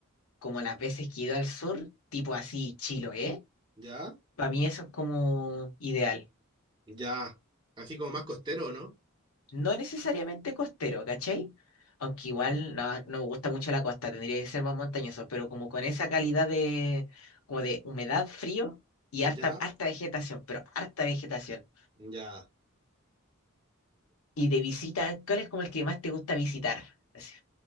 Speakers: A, on the left; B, on the right.
A: como las veces que he ido al sur, tipo así, Chiloé,
B: Ya,
A: para mí eso es como ideal.
B: ya, así como más costero, ¿no?
A: no necesariamente costero, ¿cachai? Aunque igual no, no me gusta mucho la costa, tendría que ser más montañoso, pero como con esa calidad de, como de humedad, frío y
B: Ya,
A: harta, harta vegetación, pero harta vegetación.
B: ya.
A: Y de visita, ¿cuál es como el que más te gusta visitar? Así,